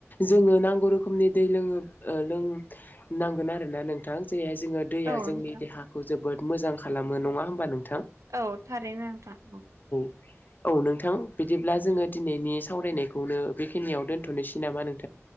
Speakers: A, on the left; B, on the right.
A: जोङो नांगौ रोखोमनि दै लोङो ओ लोंनांगोन आरोना नोंथां? दैया जोङो दैया
B: औ
A: जोंनि
B: नोंथां
A: देहाखौ जोबोद मोजां खालामो नङा होमबा नों
B: औ थारैनो नोंथां औ
A: औ नोंथां बिदिब्ला जोङो दिनैनि सावरायनायखौनो बेखिनियाव दोनथनोसै नामा नों